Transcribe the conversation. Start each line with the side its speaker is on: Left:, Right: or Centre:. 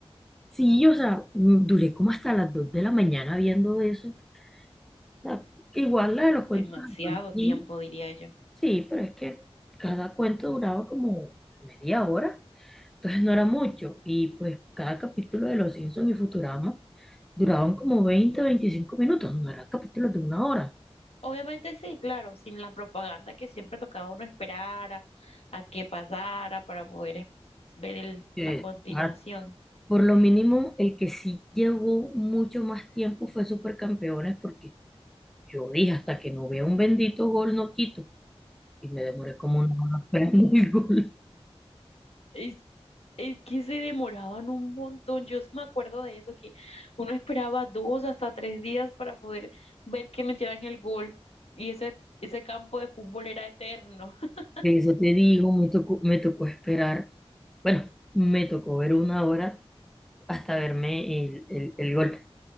Centre: Sí, o sea, mm, duré como hasta las 2 de la mañana viendo eso. O sea, igual la de los
Left: demasiado
Centre: cuentos de los hermanos Grimm,
Left: tiempo, diría yo.
Centre: sí, pero es que cada cuento duraba como media hora, entonces no era mucho. Y pues cada capítulo de Los Simpsons y Futurama duraban como 20, 25 minutos, no eran capítulos de una hora.
Left: Obviamente sí, claro, sin la propaganda que siempre tocaba uno esperar a, a que pasara para poder es- ver el-
Centre: Eh,
Left: la continuación.
Centre: ah, por lo mínimo, el que sí llevó mucho más tiempo fue Supercampeones, porque yo dije, hasta que no vea un bendito gol, no quito. Y me demoré como una hora <laughs> esperando el gol.
Left: Es, es que se demoraban un montón, yo sí me acuerdo de eso, que uno esperaba dos hasta tres días para poder ver que metieran el gol y ese, ese campo de fútbol era eterno. <laughs>
Centre: De eso te digo, me tocó, me tocó esperar, bueno, me tocó ver una hora hasta verme el, el, el gol.